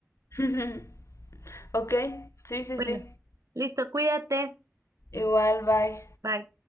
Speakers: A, on the left (about 65°); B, on the right (about 80°).
A: <laughs> Ok, sí, sí,
B: Bueno,
A: sí.
B: listo, cuídate.
A: Igual, bye.
B: Bye.